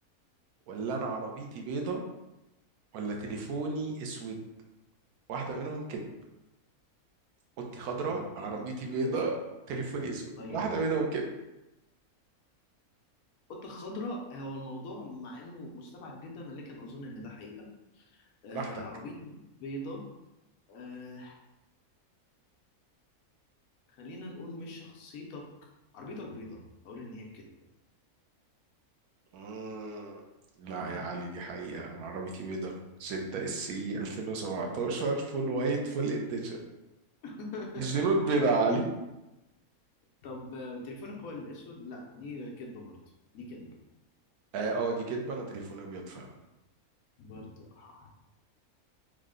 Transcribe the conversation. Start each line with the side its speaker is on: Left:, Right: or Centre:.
Right: ولا انا عربيتي بيضة ولا تليفوني اسود واحدة منهم كده اوضتي خضراء
Left: لا ده كده
Right: عربيتي بيضة
Left: كده سؤال عظيم.
Right: تليفوني اسود
Left: طيب
Right: واحدة منهم كده
Left: القطة الخضراء هو الموضوع مع انه مستبعد جدا لكن اظن ان ده حقيقة آه
Right: براحتك
Left: عربيتك بيضة آه خلينا نقول مش شخصيتك عربيتك بيضة اقول ان هي كده
Right: مم. لا يا علي دي حقيقة أنا عربيتي بيضة 6 اس سي 2017 فول وايت فول اديشن
Left: <laughs>
Right: الجنود بيضة يا علي
Left: طب آه، تليفونك هو الاسود لا دي كدبه برضه دي كدبه
Right: اه آه، دي كدبة أنا تليفوني أبيض فعلا
Left: برضه آه.